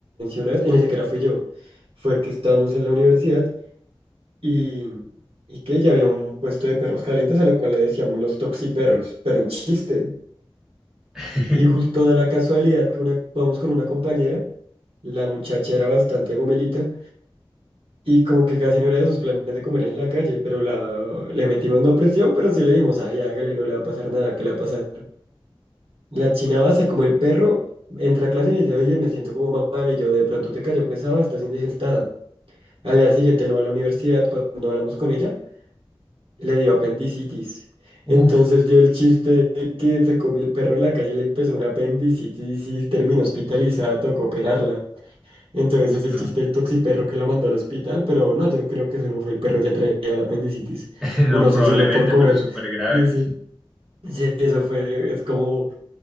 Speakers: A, on the right; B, in the centre.
A: una vez, y ni siquiera fui yo. Fue que estábamos en la universidad. y, y que ya había un puesto de perros calientes a lo cual le decíamos los toxiperros, pero en chiste.
B: <laughs>
A: Y justo da la casualidad que una, vamos con una compañera, la muchacha era bastante gomelita y como que casi no era de sus planes de comer en la calle, pero la, le metimos no presión, pero sí le dijimos, ay, hágale, no le va a pasar nada, ¿qué le va a pasar? La china base, como el perro, entra a clase y me dice, oye, me siento como mal y yo de pronto te cayó pesado, estás indigestada. Al día siguiente no va a la universidad cuando hablamos con ella. le dio apendicitis.
B: Uf,
A: Entonces dio el chiste de que se comió el perro de la calle y le empezó una apendicitis y terminó hospitalizada, tocó operarla. Entonces
B: uf,
A: es el
B: no.
A: chiste del toxiperro que la mandó al hospital, pero no, yo creo que eso no fue el perro, ya traía la apendicitis.
B: <laughs> No,
A: O no
B: probablemente,
A: sé si uno por comer.
B: pero es súper grave.
A: Sí, sí. Sí, eso fue, es como